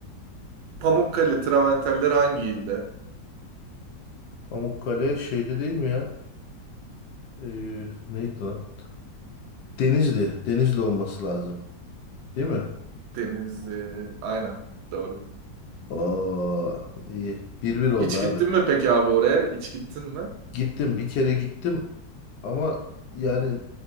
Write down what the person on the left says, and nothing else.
Pamukkale şeyde değil mi ya? Ee, neydi lan? Denizli. Denizli olması lazım. Değil mi?
Oo, iyi. bir bir oldu
abi.
Gittim bir kere gittim ama yani